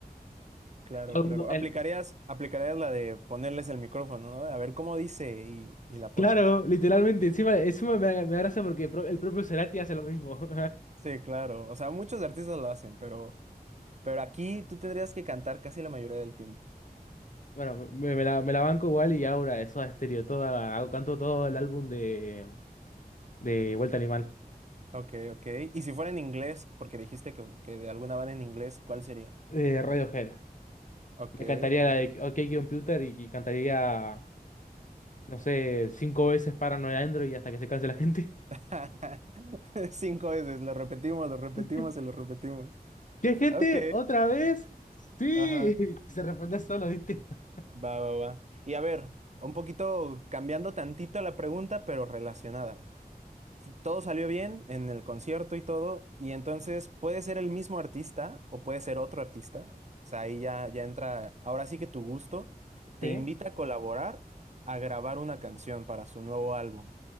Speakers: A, on the right (about 45°); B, on the left (about 50°).
A: Claro,
B: Alguno-
A: claro.
B: el-
A: Aplicarías, aplicarías la de ponerles el micrófono, ¿no? A ver cómo dice y, y la pones.
B: Claro, literalmente, encima, encima me da, me da gracia porque pro- el propio Cerati hace lo mismo. <laughs>
A: Sí, claro. O sea, muchos artistas lo hacen, pero Pero aquí tú tendrías que cantar casi la mayoría del tiempo.
B: Bueno, me, me la, me la banco igual y ahora eso a estéreo, toda, hago- canto todo el álbum de, de Vuelta Animal,
A: Ok, ok. Y si fuera en inglés, porque dijiste que, que de alguna banda en inglés, ¿cuál sería?
B: de Radiohead.
A: Ok,
B: Me cantaría
A: ok.
B: la de OK Computer y, y cantaría, no sé, cinco veces Paranoid Android hasta que se canse la gente.
A: <laughs> Cinco veces, lo repetimos, lo repetimos
B: <laughs>
A: y lo repetimos.
B: ¿Qué gente?
A: Ok,
B: ¿Otra vez? Sí,
A: ajá.
B: <laughs> se responde solo, ¿viste? <laughs>
A: Va, va, va. Y a ver, un poquito cambiando tantito la pregunta, pero relacionada. Todo salió bien en el concierto y todo, y entonces puede ser el mismo artista o puede ser otro artista. O sea, ahí ya, ya entra, ahora sí que tu gusto te
B: Sí.
A: invita a colaborar a grabar una canción para su nuevo álbum.